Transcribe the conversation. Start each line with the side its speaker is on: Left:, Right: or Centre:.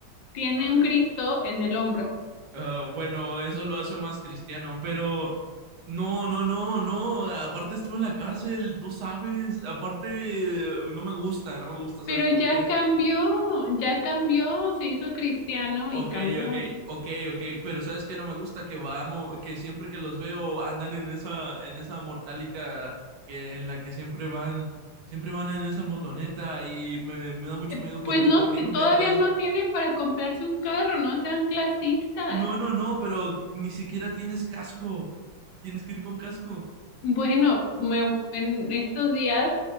Left: Tiene
Right: Ay,
Left: un Cristo en el hombro.
Right: ah, bueno, eso lo hace más cristiano, pero no, no, no, no. Aparte estuve en la cárcel, tú sabes. Aparte, eh, no me gusta, no me gusta, ¿sabes
Left: Pero
Right: por
Left: ya
Right: qué?
Left: cambió, ya cambió, se hizo cristiano
Right: Ok,
Left: y cambió.
Right: ok, ok, ok, pero sabes que no me gusta que vamos, que siempre que los veo andan en esa, en esa mortálica que en la que siempre van, siempre van en esa motoneta y me, me da mucho
Left: Eh,
Right: miedo por
Left: Pues
Right: ti
Left: no,
Right: porque
Left: t-
Right: nunca
Left: todavía
Right: traes.
Left: no tiene para comprarse un carro, no sean clasistas.
Right: No, no, no, pero ni siquiera tienes casco. Tienes que ir con casco.
Left: Bueno, me, en estos días